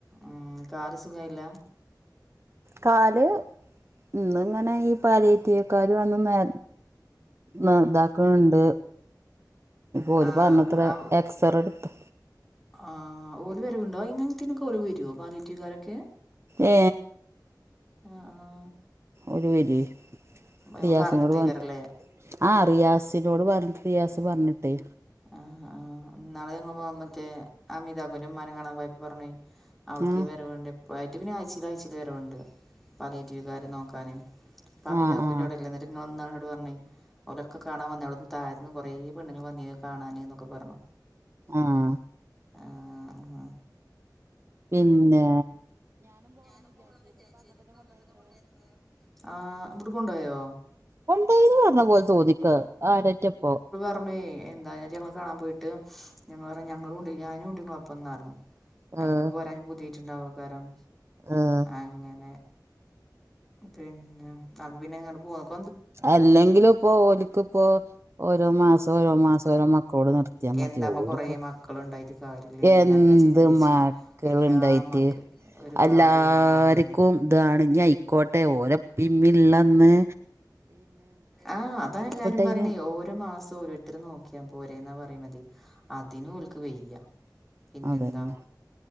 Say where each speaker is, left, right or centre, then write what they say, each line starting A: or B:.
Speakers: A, in the centre; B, on the right (about 35°).
A: ഇംകാൽ സുഖ യിഇല്ല
B: കാല് ഉംന്നിങ്ങനെ ഈ പാലയത്തിവ്ക്കാല് വന്ന് നേ ന്ന് ഇതാക്കണ്ട്. ഒല്
A: ആ
B: പറഞ്ഞത്ര
A: ആ
B: എക്സർടുത്ത്
A: ആ ഓല് വരവുണ്ടോ ഇങ്ങനത്തിനൊക്കെഓലു വരോ പാലിയെറ്റീവ്കാരൊക്കെ.
B: ഏ
A: അ ആഹ്.
B: ഒര് വരി.
A: ആ
B: റിയാസിനോട്
A: പറഞ്ഞിട്ടേക്കാരല്ലേ
B: പറഞ്ഞ്ട്ട് ആ റിയാസിനോട് പറഞ്ഞ്ട്ട് റിയാസ് പറഞ്ഞ്ട്ടേ.
A: ആഹ് ആഹ് ന്നാള് ഞങ്ങള് മ മറ്റേ ഹമീതാക്കുൻ്റമ്മാനെ കാണാൻ പോയപ്പൊ പറഞ്ഞ് അവ്ട്ക്കീ
B: ആഹ്
A: വരവ്ണ്ട് ഇപ്പായിട്ട് പിന്നായ്ച്ചീലായ്ച്ചീല് വരവ്ണ്ട് പാലിയേറ്റീവ്കാര് നോക്കാന്. ഇപ്പമീതാക്കുന്റവ്ടെള്ള്
B: ആഹ് ആഹ്
A: ന്നട്ട് ന്നോട് ന്നാള്ന്നോട് പറഞ്ഞ് ഓലൊക്കെ കാണാൻ വന്ന അവ്ടന്ന് തായത്ത്ന്ന് കൊറേ പെണ്ണുങ്ങള് വന്നീന് കാണാന് ന്നൊക്കെ പറഞ്ഞ്.
B: ആഹ്
A: ആഹ് ഹാ
B: പിന്നെ
A: ഞാനും പോണംന്ന് വിചാരിച്ചീന്നു, ഇപ്പങ്ങണ്ടന്നെ കൊണ്ടോയത്രേ, ആഹ് ഇബ്ട്ക്കൊണ്ടോയോ?
B: കൊണ്ടോയീന്ന് പറഞ്ഞ പോലെ തോന്നിക്ക് ആരേറ്റപ്പോ.
A: പ്പമ്മേ എന്തായാലു ഞങ്ങള് കാണാൻ പോയിട്ട് ഞങ്ങള് പറഞ്ഞ് ഞങ്ങളൂണ്ട് ഞാനൂണ്ട്ങ്ങളപ്പംന്നർഞ്ഞു. അയ്നിങ്ങട്ട്
B: ആഹ്
A: പോരാന് പൂതിയായിട്ട്ണ്ടാവൊയ്കാരം
B: ആഹ്
A: അങ്ങനെ പിന്നെ അപ്പൊ പിന്നെങ്ങട്ട് പോന്നക്കും
B: അല്ലെങ്കിലുപ്പോ ഓല്ക്ക്പ്പോ ഓരോ മാസം ഓരോ മാസം ഓരോ മക്കളോട് നിർ ക്യാ മതി
A: എന്താപ്പം
B: ഓല്
A: കുറേ
B: പ്പ
A: മക്കളുണ്ടായിട്ട് കാര്യമില്ലേ
B: എന്ത്
A: ഞാനിങ്ങനെ ചിന്തിച്ചു
B: മക്കള്ണ്ടായിട്ട്
A: എല്ലാ മക്ക ഒരു കാര്യവുമില്ല
B: എല്ലാര്ക്കുംതാണ്
A: മോളെ
B: ഇഞ്ഞയ്ക്കോട്ടെ ഓലെപ്പീമ്മീള്ളന്ന്
A: ആഹ് അതാ എല്ലാരും പറയ്ണേ
B: അയിന്
A: ഓരോ മാസം ഓരോരു ത്തര് നോക്ക്യാ പോരെന്നാ പറയ്ണത് അതിനോൽക് വെയ്യ പിന്നെന്താ
B: അതന്നെ